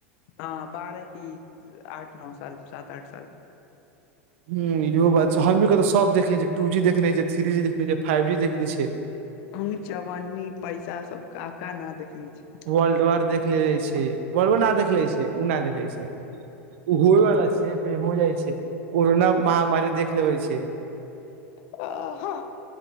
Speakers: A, on the left; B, on the right.
A: हँ बारह की आठ नओ साल सात आठ साल
B: ह इहो बात छै हमही के तऽ सब देखने छियै टू जी देखने छैथ्री जी देखने छिय फाइव जी देखने छिय
A: अंग चवन्नी पैसा सब का का ना देखने छै
B: वर्ल्ड वार देख ले छै वर्ल्ड वार ना देख ले छै ओ नहि देखे छै ओ होइवला छै कही हो जाइ छै कोरोना महामारी देख लेबै छै
A: <inaudible> आ हँ